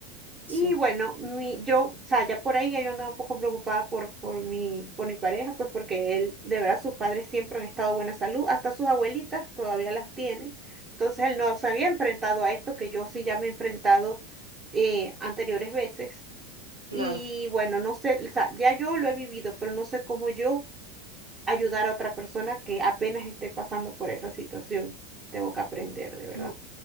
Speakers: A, on the right (about 25°); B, on the right (about 80°).
A: Y
B: sí,
A: bueno, mi, yo, o sea, ya por ahí ya yo andaba un poco preocupada por, por mi, por mi pareja, pues porque él, de verdad, sus padres siempre han estado de buena salud, hasta sus abuelitas todavía las tiene. Entonces él no se había enfrentado a esto, que yo sí ya me he enfrentado eh, anteriores veces. Y
B: claro.
A: bueno, no sé, o sea, ya yo lo he vivido, pero no sé cómo yo ayudar a otra persona que apenas esté pasando por esa situación. Tengo que aprender, de verdad.
B: Mm,